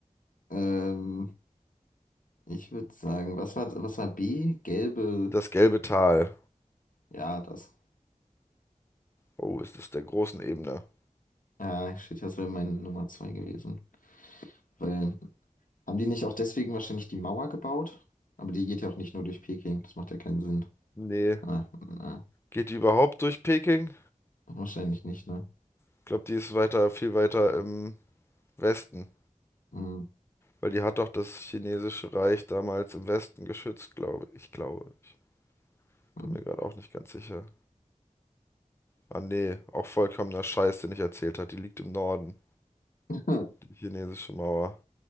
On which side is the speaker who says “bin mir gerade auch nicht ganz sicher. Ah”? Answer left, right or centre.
Left